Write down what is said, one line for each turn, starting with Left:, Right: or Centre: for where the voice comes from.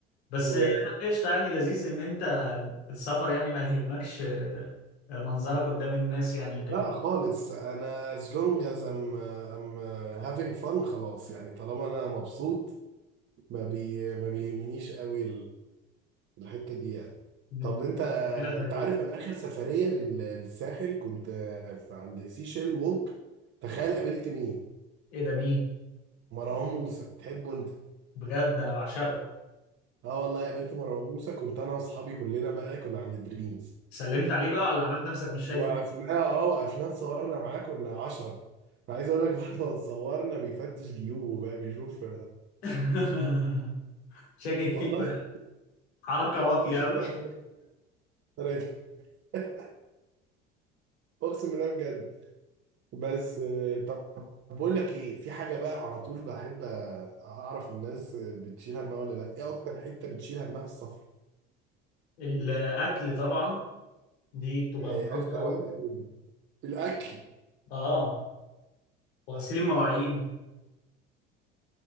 Left: بس
Right: و...
Left: آه، لا قشطه يعني لذيذ ان انت في السفر يعني ما يهمكش آه، منظرك قدام الناس يعني وكده
Right: لا خالص انا as long as I'm, I'm having fun خلاص يعني طالما انا مبسوط ما بي ما بيهمنيش قوي الحتة دي يعني
Left: مم.
Right: طب انت
Left: كده فاهمين
Right: انت عارف انا اخر سفرية لل- للساحل كنت في عند سيشيل ووك تخيل قابلت مين
Left: ايه ده مين
Right: مروان موسى تحبه انت
Left: بجد انا بعشقه
Right: اه والله قابلت مروان موسى كنت انا واصحابي كلنا بقى كنا عند دريمز
Left: سلمت عليه بقى ولا عملت نفسك مش شايفه
Right: وقفنا اه وقفنا اتصورنا معاه كنا عشرة انا عايز اقول لك بعد ما اتصورنا بيفتش جيوبه بقى بيشوف
Left: <laughs> شاكك
Right: والله
Left: فيك بقى. حركة واطية
Right: بيشوف
Left: أوي
Right: العدد طلعت <laughs> اقسم بالله بجد بس آه، طب طب بقول لك ايه في حاجه بقى على طول بحب آه، اعرف الناس آه، بتشيل همها ولا لا ايه اكتر حته بتشيل همها في السفر
Left: الأكل طبعا دي بتبقى
Right: إيه
Left: مقرفة
Right: اكتر
Left: أوي
Right: وقت ب- الاكل
Left: آه وغسيل المواعين